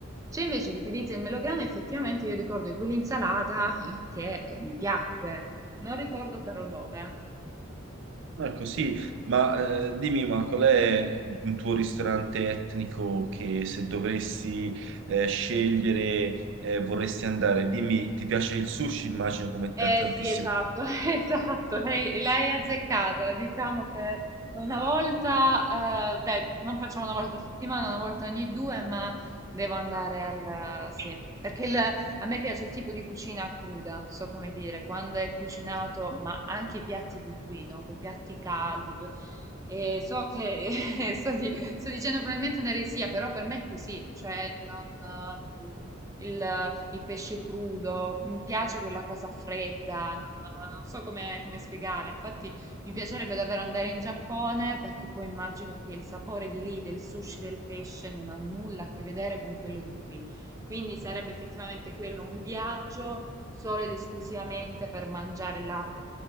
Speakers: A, on the right; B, on the right.
A: C'è invece che utilizza il melograno, effettivamente io ricordo di quell'insalata eh, che eh, mi piacque, non ricordo però dove.
B: Ecco, sì, ma eh, dimmi, ma qual è il tuo ristorante etnico che se dovresti eh, scegliere eh, vorresti andare? Dimmi, ti piace il sushi? Immagino come
A: Eh
B: da tantissimo.
A: sì, esatto, <laughs> esatto, lei, lei è azzeccata, diciamo che una volta, eh, beh, non facciamo una volta a settimana, una volta ogni due, ma devo andare al... sì, perché il- a me piace il tipo di cucina cruda, so come dire, quando è cucinato, ma anche i piatti di qui, no? Quei piatti caldi, e so che <laughs> sto, di- sto dicendo probabilmente un'eresia, però per me è così, cioè non... ehm, il, il pesce crudo, mi piace quella cosa fredda, non, non so come, come spiegarla. Infatti, mi piacerebbe davvero andare in Giappone perché poi immagino che il sapore di lì, del sushi, del pesce, non ha nulla a che vedere con quello di qui. Quindi sarebbe effettivamente quello un viaggio solo ed esclusivamente per mangiare la-